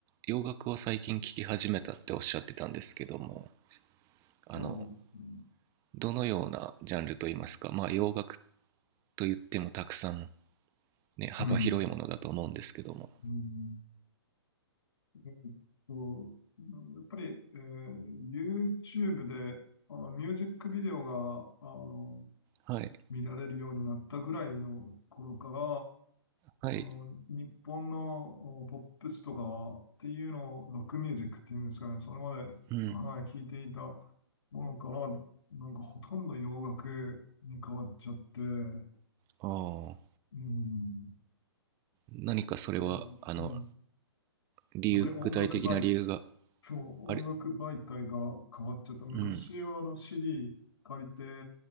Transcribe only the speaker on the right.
洋楽を最近聴き始めたっておっしゃってたんですけども、あの、
どのようなジャンルといいますか、まあ洋楽と言ってもたくさん、ね、幅広いものだと思うんですけども。
はい。
はい。
うん。
ああ。
何かそれは、
あの、
理由、
具体的な理由が
あれ、
うん。